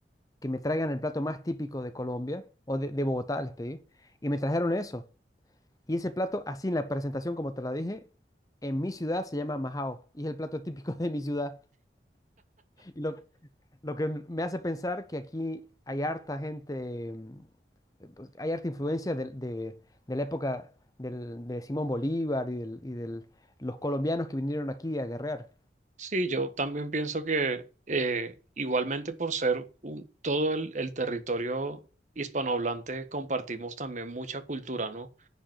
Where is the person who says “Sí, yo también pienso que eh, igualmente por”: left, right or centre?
Right